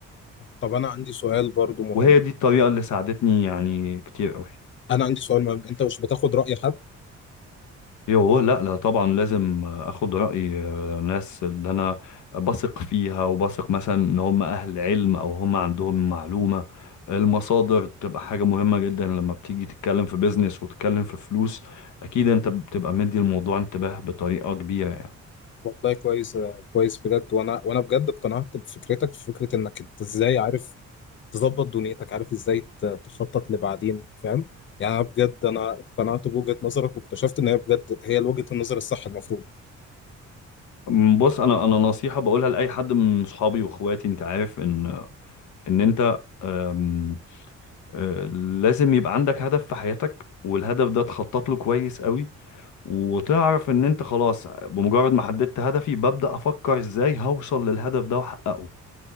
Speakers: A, on the left; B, on the left.
A: طب انا عندي سؤال برضو مهم
B: وهي دي الطريقة اللي ساعدتني يعني كتير قوي
A: انا عندي سؤال مهم انت مش بتاخد راي حد
B: ايوه لا لا طبعا لازم اخد رأي آه، ناس اللي انا بثق فيها وبثق مثلا ان هم اهل علم او هم عندهم معلومة المصادر بتبقى حاجة مهمة جدا لما بتيجي تتكلم في بيزنس وتتكلم في فلوس اكيد انت بتبقى مدي الموضوع انتباه بطريقة كبيرة يعني
A: والله كويس آه، كويس بجد وانا وانا بجد اقتنعت بفكرتك في فكره انك انت ازاي عارف تظبط دنيتك عارف ازاي ت- تخطط لبعدين فاهم يعني أنا بجد انا اقتنعت بوجهه نظرك واكتشفت ان هي بجد هي وجهه النظر الصح المفروض
B: أم، بص انا انا نصيحة بقولها لاي حد من صحابي واخواتي انت عارف ان ان انت أم، آه، لازم يبقى عندك هدف في حياتك والهدف ده تخطط له كويس قوي وتعرف ان انت خلاص بمجرد ما حددت هدفي ببدأ افكر ازاي هوصل للهدف ده واحققه